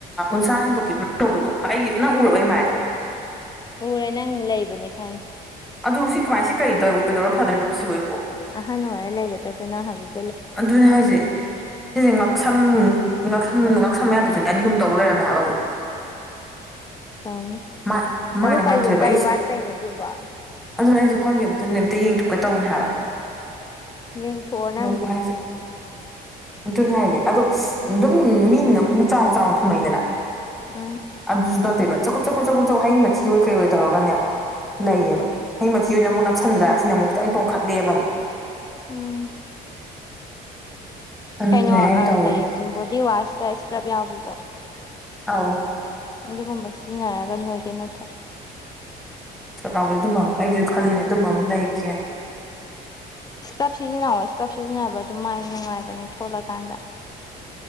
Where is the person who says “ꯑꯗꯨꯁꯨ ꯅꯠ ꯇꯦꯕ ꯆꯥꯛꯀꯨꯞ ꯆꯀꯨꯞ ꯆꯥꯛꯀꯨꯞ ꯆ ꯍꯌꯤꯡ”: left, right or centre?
Centre